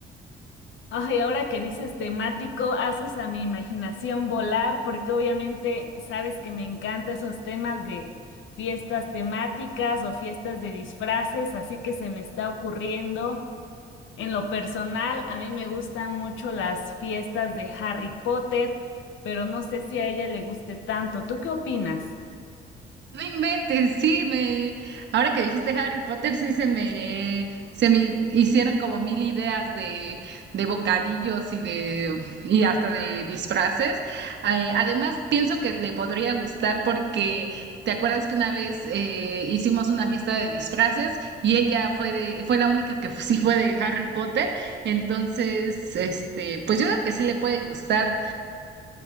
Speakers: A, on the left (about 75°); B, on the right (about 60°).
A: Ay, ahora que dices temático, haces a mi imaginación volar porque obviamente sabes que me encantan esos temas de fiestas temáticas o fiestas de disfraces, así que se me está ocurriendo. En lo personal, a mí me gustan mucho las fiestas de Harry Potter, pero no sé si a ella le guste tanto. ¿Tú qué opinas?
B: No inventes, sí, me, ahora que dijiste Harry Potter, sí se me, se me hicieron como mil ideas de, de bocadillos y de, y hasta de disfraces. Eh, además, pienso que le podría gustar porque te acuerdas que una vez eh, hicimos una fiesta de disfraces y ella fue de, fue la única que sí fue de Harry Potter. Entonces, este, pues yo creo que sí le puede gustar.